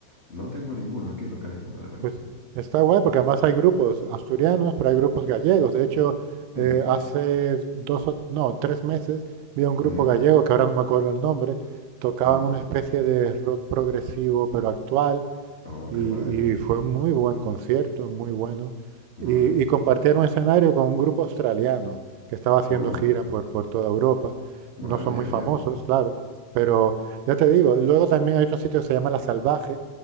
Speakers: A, on the left; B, on the right.
A: No tengo ninguno aquí localizado, la verdad.
B: pues está guay porque además hay grupos asturianos, pero hay grupos gallegos. De hecho,
A: Mm,
B: eh, hace dos, o- no, tres meses vi a un grupo
A: mm,
B: gallego, que ahora no me acuerdo el nombre, tocaban
A: mm.
B: una especie de rock progresivo pero actual
A: Oh,
B: Y,
A: qué guay.
B: y fue muy buen concierto, muy bueno.
A: No,
B: Y,
A: ¿verdad?
B: y compartieron escenario con un grupo australiano que estaba haciendo
A: Oh,
B: gira por, por toda Europa.
A: vale,
B: No son
A: bien,
B: muy
A: bien.
B: famosos, claro, pero ya te digo, luego también hay otro sitio que se llama La Salvaje,